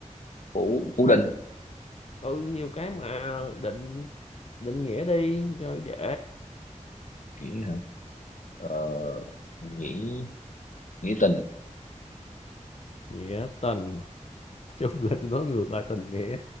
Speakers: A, on the left; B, on the left.
A: phủ phủ định
B: ừ nhiều cái mà định định nghĩa đi cho dễ
A: nghĩ hả ờ, nghĩ nghĩ tình
B: nghĩa tình <laughs> Nói chung là tôi nói ngược lại tình nghĩa